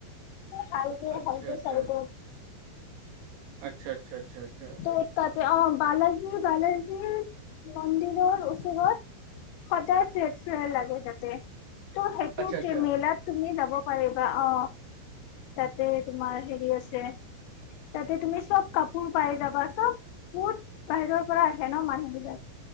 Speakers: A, on the left; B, on the right.
A: হালকো
B: আচ্ছা
A: সালকো
B: আচ্ছা
A: চালকো
B: আচ্ছা আচ্ছা আচ্ছা আচ্ছা
A: ত তাতে অ বালাজীৰ বালাজীৰ মন্দিৰৰ ওচৰত সদায় ট্ৰেড ফেৰ লাগে তাতে ত সেইটো
B: আচ্ছা আচ্ছা
A: যে মেলাত তুমি যাব পাৰিবা অ তাতে তোমাৰ হেৰি আছে তাতে তুমি চব কাপোৰ পাই যাবা চব বত বাহিৰৰ পৰা আহে ন মানুহ বিলাক